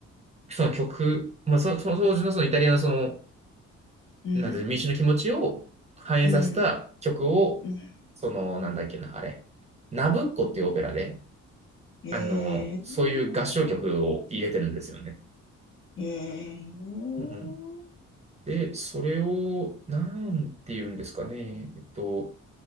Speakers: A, on the right (about 20°); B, on the left (about 45°).
A: その曲、まあその、その当時のそのイタリアのその、
B: うん
A: なんていうの民主の気持ちを反映させた曲を、
B: うんうん。うん。うんうん。
A: その、なんだっけな、あれ、ナブッコっていうオペラで、
B: ええ
A: あの、そういう合唱曲を入れてるんですよね。
B: ええうん
A: うん、で、それを、なんて言うんですかね、えっと、